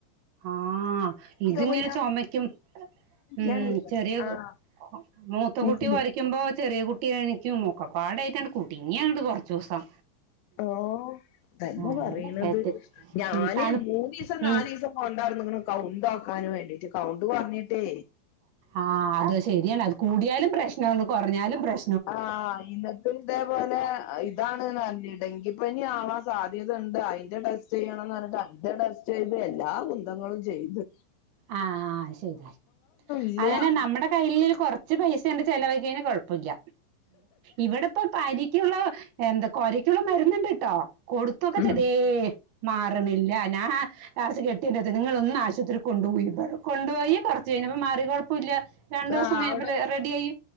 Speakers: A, on the right; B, on the left.
A: ആഹ് ഇതിങ്ങനെ
B: പോയി ഞാൻ
A: ചൊമയ്ക്കും. ഉം
B: ഞാൻ നീക്കട്ടെ
A: ചെറിയ
B: ആഹ്
A: കു മൂത്ത
B: നീക്ക്
A: കുട്ടി
B: നീ
A: കൊരയ്ക്കുമ്പോ ചെറിയ കുട്ടി ട്ടി എണിക്കും മുക്കപ്പാടായിട്ടാണ്ട് കുടുങ്ങിയങ്ങട് കൊറച്ച് ദിവസം.
B: ഓ തന്നെ
A: അങ്ങനൊക്കായിട്ട്
B: പറയണത് ഞാന്
A: ഉം തണു
B: മൂന്നീസം
A: ഉം
B: നാലീസം. ക്കോണ്ടായിരുന്നു <unintelligible> കൗണ്ട് നോക്കാന് വേണ്ടിട്ട് കൗണ്ട് കുറഞ്ഞിട്ട്
A: ആഹ് അതോ ശരിയാണ് അത് കൂടിയാലും പ്രശ്നം ഒന്ന് കുറഞ്ഞാലും പ്രശ്
B: ആഹ് ഇന്നത്തെ ഇതേ പോലെ ഇതാണ്ന്ന് പറഞ്ഞ് ഡെങ്കിപ്പനി ആവാൻ സാധ്യത ഉണ്ട് അയിന്റെ ടെസ്റ്റ് ചെയ്യണം എന്ന് പറഞ്ഞിട്ട് അതിന്റെ ടെസ്റ്റ് ചെയ്ത് എല്ലാ കുന്ത ങ്ങളും ചെയ്ത്‌.
A: ആഹ് ശരി ആയി
B: ഇല്ല
A: അങ്ങനെ നമ്മുടെ കൈയില് കൊറ ച്ച് പൈസങ്ങട് ചെലവായി കഴിഞ്ഞ കുഴപ്പില്ല ഇവിടെ പ്പോ പരി യുള്ള എന്താ കൊരക്കുള്ള മരുന്നുണ്ട് ട്ടോ കൊടുത്തൊക്കെ
B: ഉം
A: ചെതേ മാറണില്ല ഞാൻ ലാസ്റ്റ് കെട്ടിയോന്റെ അടുത്ത് നിങ്ങൾ ഒന്ന് ആശുപത്രി കൊണ്ടു പോയി ഇ കൊണ്ടു പോയി കൊറച്ച് കഴിഞ്ഞപ്പ മാറി കൊഴപ്പമില്ല രണ്ടു ദിവസം
B: ആഹ്
A: കഴിഞ്ഞപ്പ
B: അവിടെ
A: റെഡി ആയി.